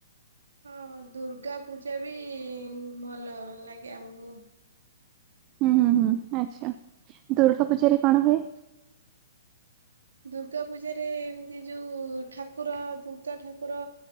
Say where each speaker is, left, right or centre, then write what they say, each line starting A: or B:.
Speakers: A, on the right; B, on the right.
A: ହଁ ଦୁର୍ଗା ପୂଜା ବି ଭଲ ଲାଗେ ଆମକୁ।
B: ହୁଁ ହୁଁ ହୁଁ ଆଚ୍ଛା ଦୁର୍ଗା ପୂଜାରେ କଣ ହୁଏ?
A: ଦୁର୍ଗା ପୂଜାରେ ଏମତି ଯୋଉ ଠାକୁର ଦୁର୍ଗା ଠାକୁର